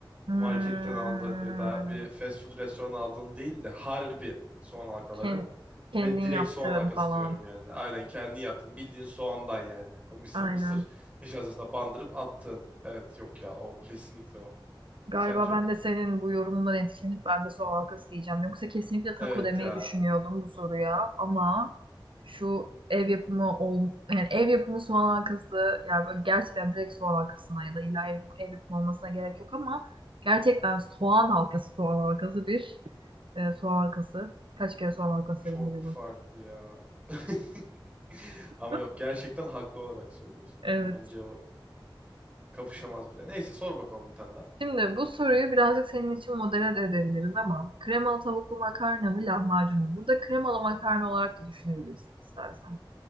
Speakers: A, on the right (about 80°); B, on the right (about 15°).
A: Hmm,
B: marketten aldığın ya da bir fast food restoran aldığın değil de harbi soğan halkaları
A: ken- kendin
B: ve direkt
A: yaptığın
B: soğan halkası
A: falan.
B: diyorum yani. Aynen kendi yaptın. Bildiğin soğandan yani. O mısır
A: Aynen.
B: mısır nişastasına bandırıp attın. Evet yok ya o kesinlikle o.
A: Galiba
B: Sence?
A: ben de senin bu yorumundan etkilenip ben de soğan halkası diyeceğim. Yoksa kesinlikle taco
B: Evet
A: demeyi
B: ya
A: düşünüyordum bu soruya ama şu ev yapımı ol yani ev yapımı soğan halkası yani böyle gerçekten direkt soğan halkasına ya da illa ev, ev yapımı olmasına gerek yok ama gerçekten soğan halkası soğan halkası bir e, soğan halkası. Kaç kere soğan halkası
B: çok
A: dedim acaba?
B: farklı ya. <laughs> <laughs> Ama
A: <laughs>
B: yok gerçekten haklı olarak söylüyorsun
A: Evet.
B: yani. Bence o kapışamaz bile. Neyse sor bakalım bir tane daha.
A: Şimdi bu soruyu birazcık senin için modele de edebiliriz ama kremalı tavuklu makarna mı lahmacun mu? Burada kremalı makarna olarak da düşünebilirsin istersen.